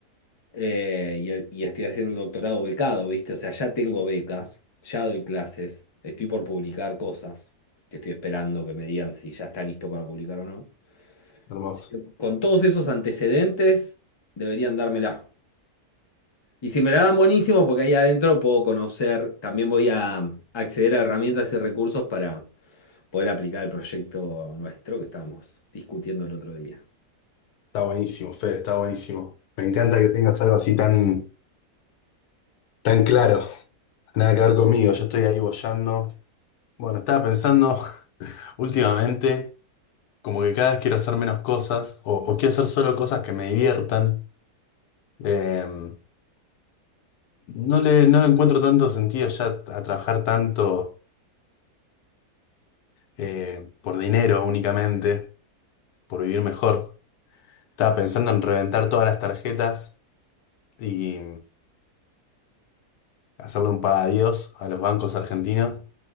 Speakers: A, on the left; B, on the left.
A: eh, y, el- y estoy haciendo el doctorado becado, ¿viste? O sea, ya tengo becas, ya doy clases, estoy por publicar cosas, que estoy esperando que me digan si ya está listo para publicar o no.
B: Hermoso.
A: Así que Con todos esos antecedentes, deberían dármela. Y si me la dan buenísimo, porque ahí adentro puedo conocer, también voy a um, acceder a herramientas y recursos para poder aplicar el proyecto nuestro que estábamos discutiendo el otro día.
B: Está buenísimo, Fede, está buenísimo. Me encanta que tengas algo así tan, tan claro. Nada que ver conmigo, yo estoy ahí boyando. Bueno, estaba pensando <laughs> últimamente, como que cada vez quiero hacer menos cosas, o, o quiero hacer solo cosas que me diviertan. Eh, no le, no le encuentro tanto sentido ya a trabajar tanto eh, por dinero únicamente, por vivir mejor. Estaba pensando en reventar todas las tarjetas y hacerle un paga adiós a los bancos argentinos